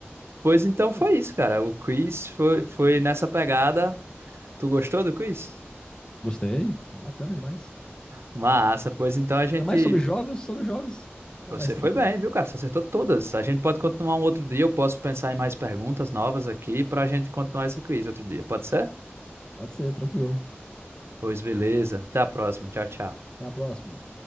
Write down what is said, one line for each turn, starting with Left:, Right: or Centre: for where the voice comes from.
Right: Pois então foi
Left: Olha,
Right: isso, cara. O quiz foi, foi nessa pegada. Tu gostou do quiz?
Left: Gostei, bacana demais.
Right: Massa, pois então a
Left: Ainda
Right: gente.
Left: mais sobre jogos, sobre jogos é
Right: Você
Left: mais
Right: foi
Left: tranquilo.
Right: bem, viu, cara? Você acertou todas. A gente pode continuar um outro dia. Eu posso pensar em mais perguntas novas aqui para a gente continuar esse quiz outro dia. Pode ser?
Left: Pode ser, tranquilo.
Right: Pois beleza. Até a próxima. Tchau, tchau.
Left: Até a próxima.